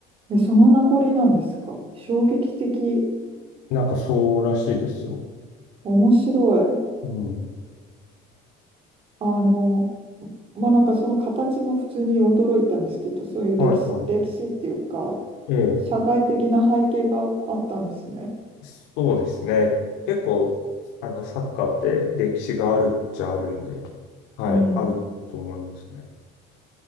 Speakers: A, on the right (about 25°); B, on the left (about 70°).
A: でその名残なんですか衝撃的、
B: なんかそうらしいですよ。
A: 面白い。
B: うん。
A: あの、まあ、なんかその形も普通に驚いたんですけど、そういう歴史、
B: はいはい。
A: 歴史っていうか、
B: ええ。
A: 社会的な背景があったんですね。
B: そうですね。結構、あの、サッカーって歴史があるっちゃあるんで、はい、
A: うん。
B: あると思いますね。